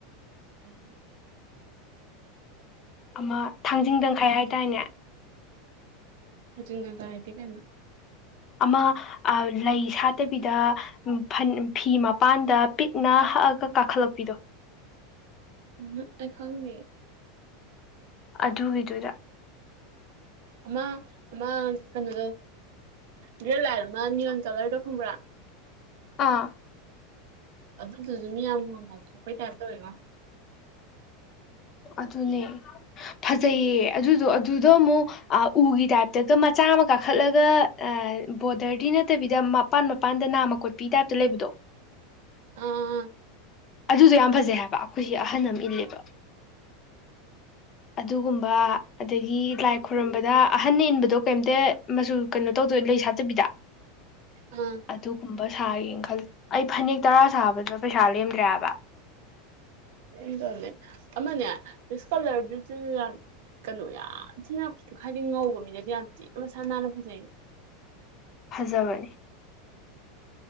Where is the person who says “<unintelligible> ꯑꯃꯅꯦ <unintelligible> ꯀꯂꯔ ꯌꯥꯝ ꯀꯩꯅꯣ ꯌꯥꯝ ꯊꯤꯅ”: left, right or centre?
Right